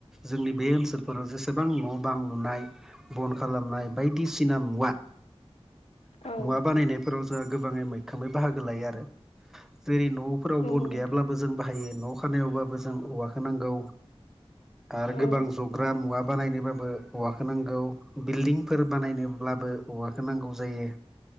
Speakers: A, in the centre; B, on the left (about 80°).
A: जोंनि बे ओनसोलफोराव जेसेबां न' बां लुनाय बन खालामनाय बायदिसिना मुवा
B: औ
A: मुवा बानायनायफोराव जोंहा गोबाङै मैखोमै बाहागो लायो आरो जेरै न' फोराव
B: नंगौ
A: बन
B: नोंथां
A: गैयाब्लाबो जों बाहायो न' खानायावब्लाबो जों औवाखौ नांगौ। आरो
B: औ
A: गोबां जग्रा मुवा बानायनोब्लाबो औवाखोनांगौ बिल्डिंफोर बानायनोब्लाबो औवाखौ नांगौ जायो